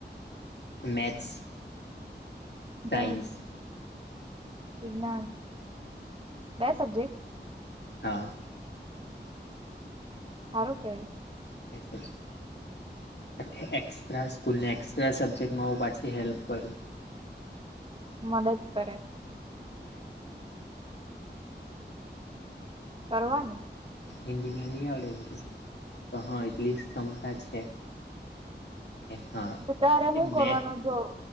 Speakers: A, on the left; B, on the right.
A: મેથ્સ ટાઈમ્સ
B: ગણિત વિજ્ઞાન
A: હા
B: બે સબ્જેક્ટ?
A: હા.
B: હારુ કેવાય.
A: મેસ <inaudible> આ એક્સ્ટ્રા સ્કૂલને એક્સ્ટ્રા સબ્જેક્ટમાં આવું પાછી હેલ્પ કરું.
B: મદદ કરે.
A: ના.
B: કરવાનું
A: હિન્દીમાં ની આવડે એમ કે તો હા એટલીસ્ટ ક્ષમતા એ છે. હા.
B: તો તારે હું
A: એ
B: કરવાનું
A: મેં
B: જો?